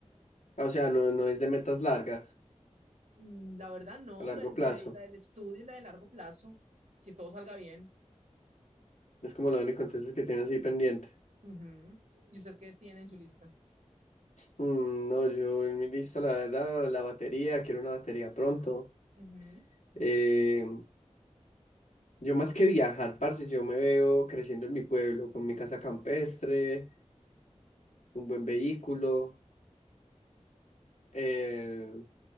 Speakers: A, on the left; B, on the right.
A: Ah, O sea, no, no es de metas largas,
B: Mm, La verdad, no,
A: a largo
B: lo del
A: plazo.
B: dere- la del estudio y la de largo plazo, que todo salga bien.
A: Es como lo único entonces que tienes ahí pendiente.
B: Ujú. ¿Y usted qué tiene en su lista?
A: Mm, no, yo en mi lista, la verdad, la batería, quiero una batería pronto.
B: Ujú.
A: Eh, yo más que viajar, parce, yo me veo creciendo en mi pueblo, con mi casa campestre, un buen vehículo, eh,